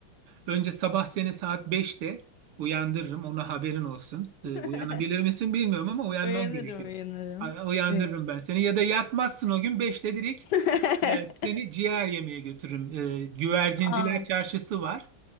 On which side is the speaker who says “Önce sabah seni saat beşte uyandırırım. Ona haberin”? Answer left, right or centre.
Right